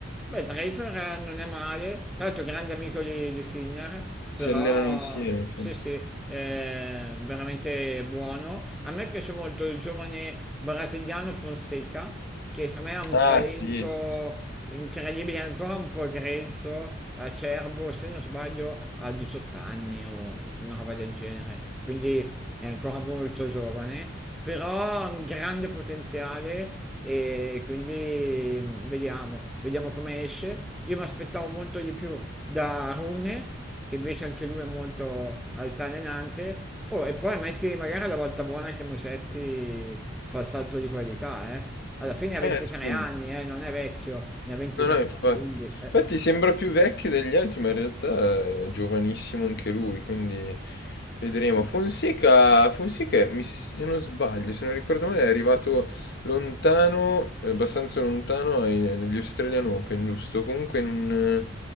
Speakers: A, in the centre; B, on the left.
A: Beh, Draper eh, non è male, tra l'altro grande amico di, di Sinner, però
B: si allenano insieme.
A: sì,
B: sì.
A: sì, è veramente buono. A me piace molto il giovane brasiliano Fonseca, che secondo me ha un
B: Ah,
A: talento
B: sì, sì. sì.
A: incredibile, ancora un po' grezzo, acerbo, se non sbaglio ha 18 anni o una roba del genere, quindi è ancora molto giovane però ha un grande potenziale e quindi mm, vediamo, vediamo come esce. Io mi aspettavo molto di più da Rune, che invece anche lui è molto altalenante. Oh, e poi metti magari la volta buona che Musetti fa il salto di qualità, eh. Alla fine ha 23
B: Eh, scusa.
A: anni, eh, non è vecchio, ne ha 23,
B: No, no, infatti.
A: quindi... eh,
B: Infatti sembra più vecchio degli altri, ma in realtà è giovanissimo anche lui, quindi vedremo. Fonseca, Fonseca, mi- se non sbaglio, se non ricordo male, è arrivato lontano, eh, abbastanza lontano ai- negli Australian Open, giusto? Comunque in un,